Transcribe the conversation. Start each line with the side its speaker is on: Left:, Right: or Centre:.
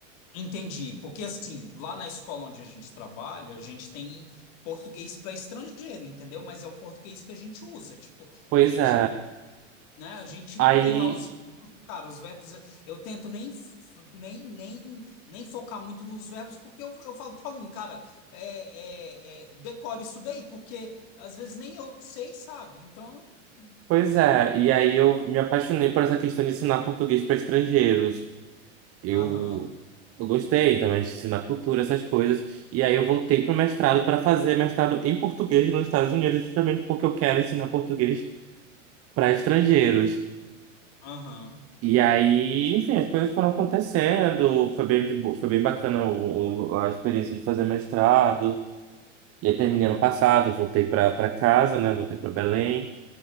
Left: Entendi, porque assim, lá na escola onde a gente trabalha, a gente tem português para estrangeiro, entendeu? Mas é o português que a gente usa, tipo,
Right: Pois
Left: a gente
Right: é.
Left: né? A gente
Right: Aí,
Left: tem lá os, cara, os verbos, eu tento nem, f- nem, nem, nem focar muito nos verbos, porque eu, eu falo para o aluno, cara, é, é, é, decore isso daí, porque às vezes nem eu sei, sabe? Então, né?
Right: pois é. E aí eu me apaixonei por essa questão de ensinar português para estrangeiros. Eu,
Left: Aham,
Right: eu gostei também de ensinar cultura, essas coisas. E aí eu voltei para o mestrado para fazer mestrado em português nos Estados Unidos, justamente porque eu quero ensinar português para estrangeiros.
Left: aham.
Right: E aí, enfim, as coisas foram acontecendo. Foi bem, de bo- foi bem bacana o, o- a experiência de fazer mestrado. E aí terminei ano passado, voltei para para casa, né? Voltei para Belém.